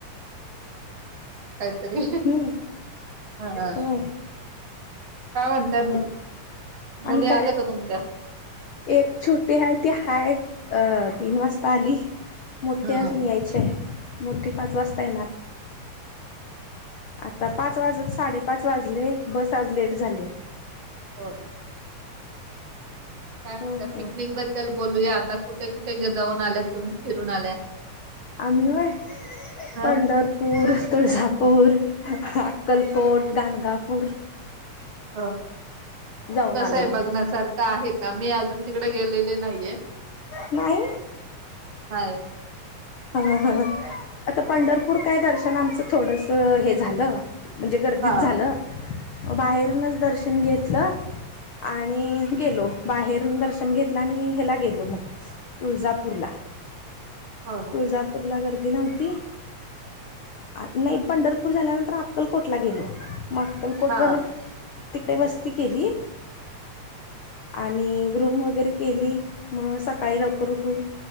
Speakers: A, on the right; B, on the left.
A: तरी
B: हम्म
A: हा हा
B: हो
A: काय म्हणताय
B: हो
A: मुली
B: आणि काय
A: आल्या का तुमच्या
B: एक छोटी हाय ती हाय अ तीन वाजता आली मोठी
A: हम्म.
B: अजून यायची आहे मोठी पाच वाजता येणार आता पाच वाजत साडेपाच वाजले बस आज लेट झाल्या
A: होय का काय म्हणता
B: हो हो
A: पिकनिक बद्दल बोलूया आता कुठे कुठे जाऊन आल्या तुम्ही फिरून आल्या
B: आम्ही होय
A: हा
B: पंढर पूर, तुळजापूर, अक्कलकोट, गानगापूर
A: अ
B: जाऊन
A: कसं
B: आलो
A: आहे बघण्यासारखं का आहे का मी अजून तिकडे गेलेले नाहीये
B: नाही
A: हाय
B: हा हा आता पंढरपूर काय दर्शन आमचं थोडसं हे झालं म्हणजे गर्दीत
A: हा
B: झालं म बाहेरूनच दर्शन घेतलं आणि गेलो बाहेरून दर्शन घेतलं आणि ह्याला गेलो मग तुळजापूरला
A: होय
B: तुळजापूरला गर्दी नव्हती नाही पंढरपूर झाल्यानंतर अक्कलकोटला गेलो मग अक्कलकोटवरुन
A: हा
B: तिकडे वस्ती केली आणि रूम वगैरे केली मग सकाळी लवकर उठून